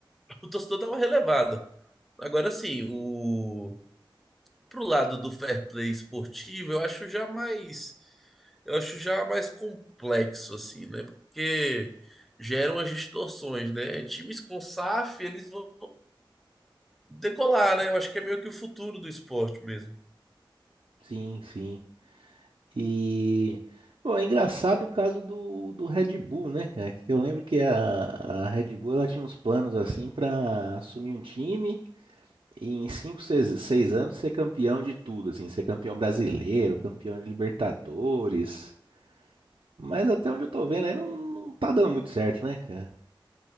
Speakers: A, in the centre; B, on the right.
A: o torcedor dá uma relevada. Agora sim, o pro lado do fair play esportivo, eu acho já mais, eu acho já mais complexo assim, né? Porque geram as distorções, né? Times com SAF, eles vão decolar, né? Eu acho que é meio que o futuro do esporte mesmo.
B: Sim, sim. E, bom, é engraçado o caso do, do Red Bull, né, cara? Que eu lembro que a, a Red Bull ela tinha uns planos assim pra assumir um time e em 5, seis seis anos ser campeão de tudo, assim, ser campeão brasileiro, campeão de Libertadores. Mas até onde eu tô vendo aí não, não tá dando muito certo, né, cara?